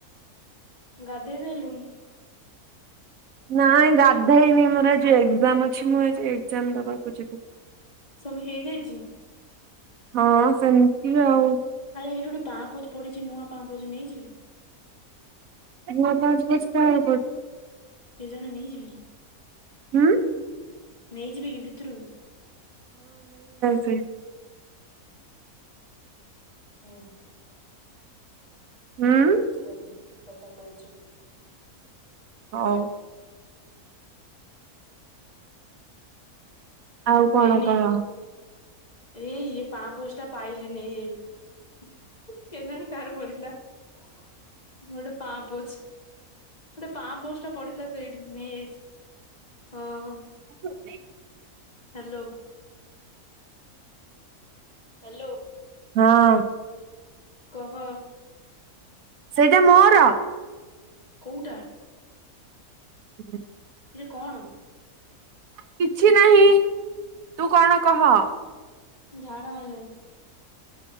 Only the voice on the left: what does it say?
ଗାଧେଇ ସାଇଲୁଣି।
ସବୁ ହେଇଯାଇଛି।
ଆରେ ଏଇଠି ଗୋଟେ ପାପୋଛ୍ ପଡିଛି ନୂଆ ପାପୋଛ୍ ନେଇଯିବି।
ଏ ଜଣେ ନେଇଯିବି କି।
ନେଇଯିବକି ଭିତରୁକୁ।
ହଁ।
ନେଇଆସ ତାଲେ। କି କଥା କଉଚୁ।
ହେଇନି
ଏଇ ଇଏ ପାଁପୋଛ୍ ଟା ପାଇଲି ନେଇ ଆଇଲି, <unintelligible> କେଜାଣି କାହାର ପଡିଥିଲାା ମୁଁ ଗୋଟେ ପାଁପୋଛ୍। ଗୋଟେ ପାଁପୋଛ୍ ଟା ପଡିଥିଲା ସେଇଠି, ନେଇଆଇଛି ହଁଅଁ।
ହାଲୋ। ହାଲୋ।
କହ।
କୋଉଟା
ଇଏ କଣ?
ଝାଡ଼ା ମାଇଲାଣି।